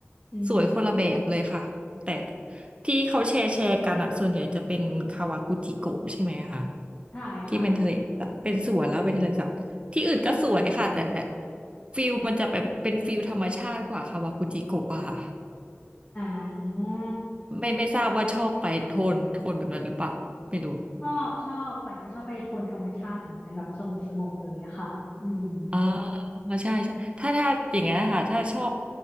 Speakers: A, on the left; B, on the right.
A: อื
B: สวยคนละแบบเลยค่ะแต่
A: ม
B: ที่เขาแชร์แชร์กันอะส่วนใหญ่จะเป็นคาวากุจิโกะใช่ไหมคะ
A: ใช่ค่ะ
B: ที่เป็นทะเลสาบเป็นสวนแล้วเป็นทะเลสาบที่อื่นก็สวยค่ะแต่ฟิลมันจะแบบเป็นฟิลธรรมชาติกว่าคาวากุจิโกะอะค่ะ
A: อ่า
B: ไม่ไม่ทราบว่าชอบไปโทนโทนแบบนั้นหรือเปล่าไม่รู้
A: ชอบชอบปั่นก็ชอบไปโทนธรรมชาติเหมือนกันแบบสงบสงบเลยอะค่ะอืม
B: อ๋าใช่ใช่ถ้าถ้าอย่างเงี้ยค่ะถ้าชอบ